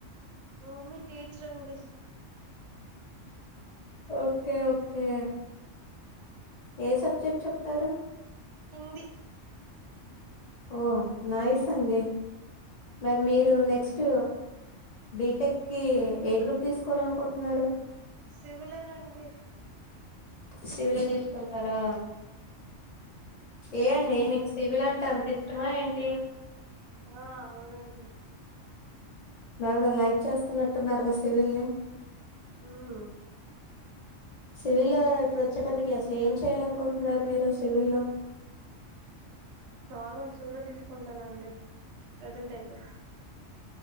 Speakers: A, on the right; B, on the left.
A: మా మమ్మీ టీచర్ అండి
B: ఓకే ఓకే ఏ సబ్జెక్ట్ చెప్తారు
A: హిందీ
B: ఓ నయిస్ అండి మరి మీరు నెక్స్ట్ బిటెక్కి ఏ గ్రూప్ తీసు కోవాలనుకుటున్నారు
A: సివిల్ నండి
B: సివిలే తీసుకుంటారా ఏ అండి మీకు సివిల్ అంటే అంత ఇటమా ఏంటి
A: ఆ అవునండి
B: బాగా లైక్ చేస్తున్నట్టున్నారుగా సివిల్ ని
A: ఉమ్
B: <inaudible> సివిల్లొ ఇప్పుడు వచ్చేటప్పటికి అసలు ఏం చేయ్యాలనుకుంటున్నారు మీరు సివిల్ లో బ్లాంక్
A: నార్మల్ సివిలే తీసుకుంటానండి ప్రజెంటైతే.